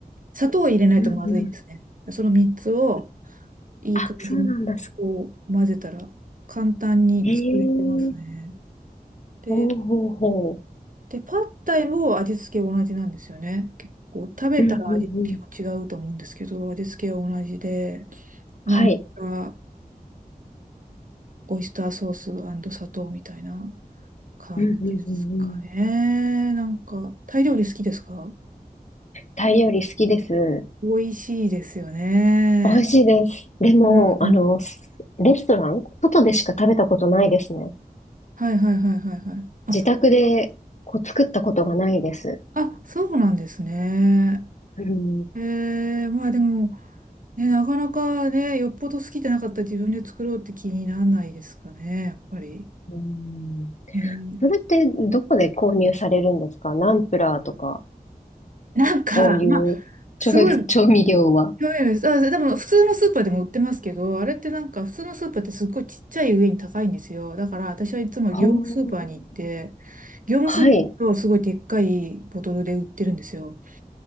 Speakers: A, on the right; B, on the left.
A: 砂糖を入れないとまずいですね。
B: うんうん。
A: その3つをいい感じにこう混ぜたら簡単に作れますね。
B: あ、そうなんだ。へえ、
A: で、
B: ほうほうほ
A: で、パッタイも味付け同じなんですよね。結構食べたら味結構違うと思うんですけど、
B: う。うんうんうん。
A: 味付けは同じで、ナンプラー
B: はい。
A: オイスターソース砂糖みたいな感じですかね。
B: うんうんうんうん。
A: なんか、タイ料理好きですか
B: タイ料理好きです。
A: 美味しいですよね。
B: 美味しいです。でも、
A: うん。
B: あの、すレストラン外でしか食べたことないですね。
A: はいはいはいはいはいはい。あ、
B: 自宅でこう作ったことがないです。
A: あ、そうなんですね。
B: うん、
A: えー、まあでも、ね、なかなかね、よっぽど好きじゃなかったら自分で作ろうって気にならないですかね、やっぱり。
B: うん。
A: ね、
B: それってどこで購入されるんですかナンプラーとか、
A: なんか、
B: そういう調、
A: まあ、すごい、
B: 調味料は。
A: 興味ありますあ、でも普通のスーパーでも売ってますけど、あれってなんか普通のスーパーってすっごいちっちゃい上に高いんですよ。だから私はいつも業務スーパーに行って、
B: はあ
A: 業務スーパー行くとすごいでっかいボトルで売ってるんですよ。
B: はい。